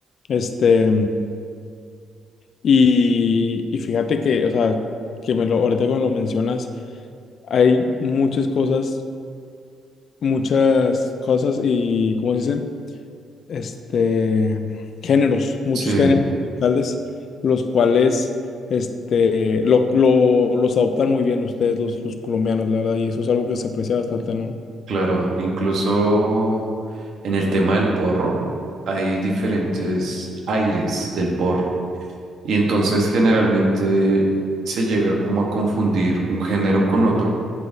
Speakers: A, on the left (about 60°); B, on the right (about 65°).
A: Este, y, y fíjate que, o sea, que me lo, ahorita que me lo mencionas, hay muchas cosas, muchas cosas y, ¿cómo se dicen? este, géneros, muchos
B: Sí,
A: géneros musicales, los cuales este, lo, lo- los adoptan muy bien ustedes, los, los colombianos, la verdad, y eso es algo que se aprecia bastante, ¿no?
B: claro. Incluso en el tema del porro hay diferentes aires del porro. Y entonces generalmente se llega como a confundir un género con otro,